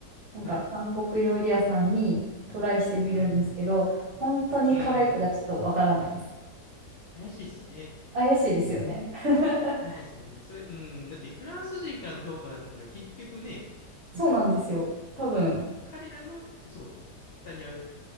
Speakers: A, on the right; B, on the left.
A: なんか韓国料理屋さんにトライしてみるんですけど、
B: はい。うん、
A: 本当に辛いかがちょっとわからないです。
B: うん。うん。怪しいですね。
A: 怪しいですよね。<laughs>
B: 怪しいですね。それ、うん。だってフランス人からの評価だったら結局ね、
A: そうなんですよ。多分、
B: 彼らの、そう、下に合う